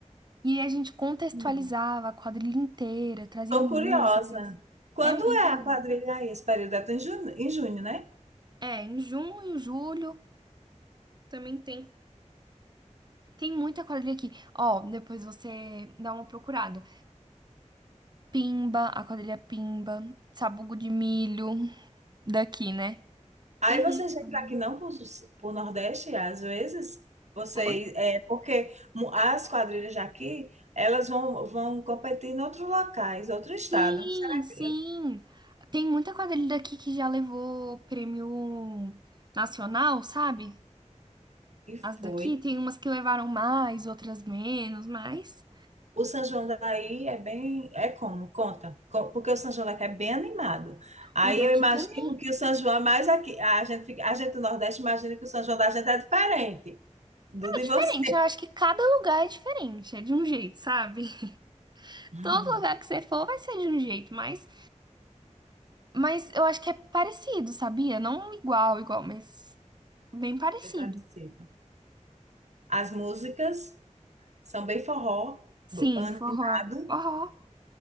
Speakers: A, on the right; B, on the right.
A: E a gente contextualizava
B: Hum.
A: a quadrilha inteira, trazia
B: Tô
A: músicas.
B: curiosa. Quando
A: É muito
B: é
A: legal.
B: a quadrilha aí? Esse período é em junho, em junho, né?
A: É, em junho, em julho, também tem Tem muita quadrilha aqui. Ó, depois você dá uma procurada. Pimba, a quadrilha Pimba, Sabugo de Milho, daqui, né?
B: Aí
A: Tem
B: vocês
A: muita
B: vêm
A: quadrilha.
B: para aqui não para o Nordeste, às vezes, vocês,
A: Oi?
B: é, porque mu- as quadrilhas aqui elas vão, vão competir em outros locais, outro estado.
A: Sim,
B: Será
A: sim.
B: que
A: Tem muita quadrilha daqui que já levou prêmio nacional, sabe?
B: que foi?
A: As daqui tem umas que levaram mais, outras menos, mas
B: O São João daí é bem, é como? Conta. Co- Porque o São João daqui é bem animado. Aí
A: o daqui
B: eu imagino
A: também
B: que o São João é mais aqui. A gente, fica- a gente do Nordeste imagina que o São João da gente é diferente do de
A: é diferente.
B: você.
A: Eu acho que cada lugar é diferente, é de um jeito, sabe? <laughs>
B: <laughs>
A: Todo lugar que você for vai ser de um jeito, mas Mas eu acho que é parecido, sabia? Não igual, igual, mas bem parecido.
B: Bem parecido. As músicas. Samba e forró,
A: Sim,
B: bo- animado.
A: forró. Forró.